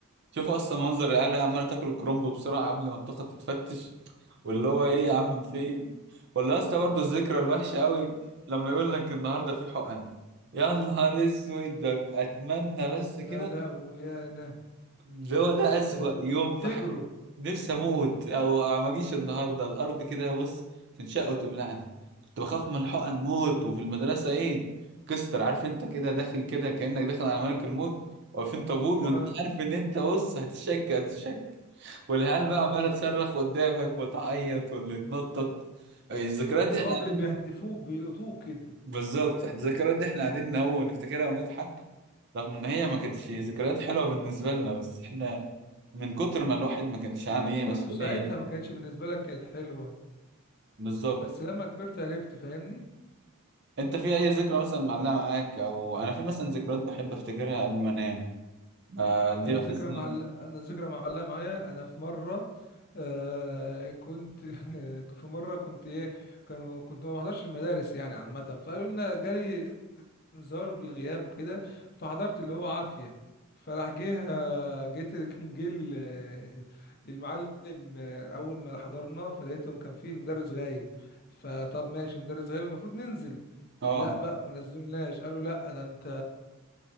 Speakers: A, on the right (about 50°); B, on the left (about 45°).
A: شوف اصلا منظر العيال عماله تاكل الكرنب بسرعه قبل ما التخت تتفتش واللي هو ايه يا عم فين ولا اصلا برضه الذكرى الوحشه قوي لما يقول لك النهارده في حقن يا نهار اسود ببقى اتمنى بس كده
B: يا لهوي يا انا
A: اللي هو ده أسوأ
B: ت-
A: يوم
B: كنتوا بتجروا
A: في حياتي نفسي أموت أو ما أجيش النهاردة الأرض كده بص تنشق وتبلعني كنت بخاف من الحقن موت وفي المدرسة إيه كستر عارف أنت كده داخل كده كأنك داخل على ملك الموت واقفين طابور وأنت
B: اه
A: عارف إن أنت بص هتشك هتشك والعيال بقى
B: اللي
A: عمالة
B: هو
A: تصرخ قدامك وتعيط واللي يتنطط الذكريات
B: اللي
A: دي إحنا
B: هو
A: قاعدين
B: بي- بيحدفوك بيلقطوك كده
A: بالظبط إحنا الذكريات دي إحنا قاعدين أهو نفتكرها ونضحك رغم ان هي ما كانتش ذكريات حلوه بالنسبه لنا بس احنا من كتر ما الواحد ما كانش عليه
B: كنت
A: مسؤوليه
B: ساعتها ما كانتش بالنسبة لك كانت حلوة
A: بالظبط
B: بس لما كبرت عرفت فاهمني
A: انت في اي ذكرى مثلا معلقه معاك او انا في مثلا ذكريات بحب افتكرها قبل ما انام آه دي
B: انا
A: بحس
B: ذكرى
A: ان
B: مع انا ذكرى معلقة معايا انا في مرة آه كنت <laughs> في مرة كنت ايه كانوا كنت ما بحضرش المدارس يعني عامة فقالوا لنا جالي انذار بالغياب وكده فحضرت اللي هو عافية فراح جه آه، جيت <laughs> كان جه ال- آه، المعلم آه، اول ما حضرنا فلقيتهم كان فيه المدرس غايب فطب ماشي مدرس غايب المفروض ننزل
A: اه
B: لا بقى ما نزلناش قالوا لا ده انت